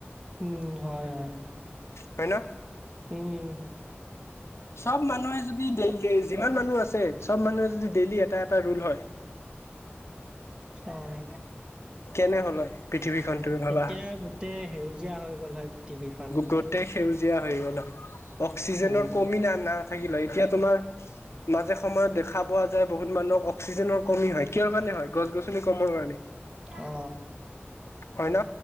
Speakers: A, on the right; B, on the left.
A: উম হয় হয়
B: হয় ন
A: উম
B: চব মানুহে যদি যিমান মানুহ আছে চব মানুহে যদি ডেইলি এটা এটা ৰোল হয় <inaudible>
A: অহ
B: কেনে হ'ল হয় পৃথিৱীখন তুমি ভাবা
A: তেতিয়া গোটেই সেউজীয়া হৈ গ'ল হয় পৃথিৱীখন
B: গোটেই সেউজীয়া হৈ গল অক্সিজেনৰ
A: উম
B: কমি না না নাথাকিল হয় এতিয়া তোমাৰ মাজে সময়ত দেখা পোৱা যায় বহুত মানুহক অক্সিজেনৰ কমি হয় কিহৰ কাৰণে হয় গছ গছনি কমৰ কাৰণে
A: অ
B: হয় ন